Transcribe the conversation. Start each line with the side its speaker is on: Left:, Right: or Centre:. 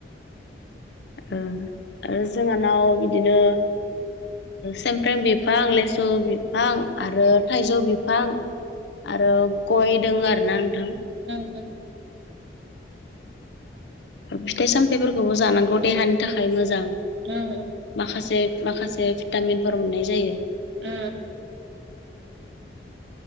Left: आरो जोंहानाव बिदिनो सेमफ्रें बिफां, लेसु बिफां, आरो थाइजौ बिफां आरो गय दोङ आरो ना नोंथां।
Right: ओं ओं।
Left: फिथाइ सामथाइ फोरखौबो जानांगौ देहानि थाखाय मोजां।
Right: उम उम
Left: माखासे माखासे भिटामिनफोर मोननाय जायो।
Right: ओ